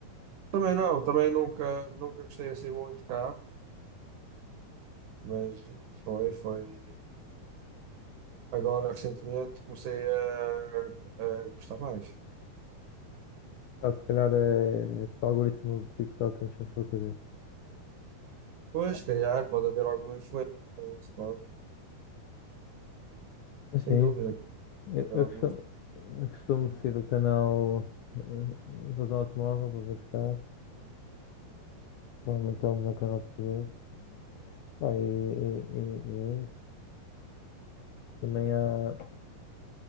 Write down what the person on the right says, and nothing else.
Também não, também nunca, nunca gostei assim muito de carro, mas foi, foi. Agora, recentemente, comecei a, a gostar mais.
Pois, se calhar, pode haver alguma influência, isso pode,
sem
dúvida,
haver
alguma